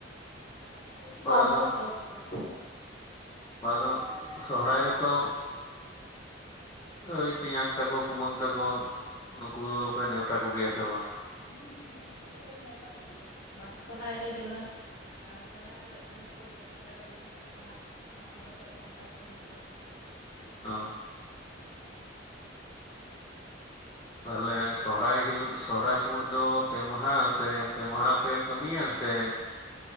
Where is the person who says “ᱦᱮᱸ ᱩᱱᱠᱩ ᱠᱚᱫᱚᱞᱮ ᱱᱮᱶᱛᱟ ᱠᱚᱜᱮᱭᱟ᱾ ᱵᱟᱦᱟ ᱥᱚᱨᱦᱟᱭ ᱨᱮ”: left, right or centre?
Left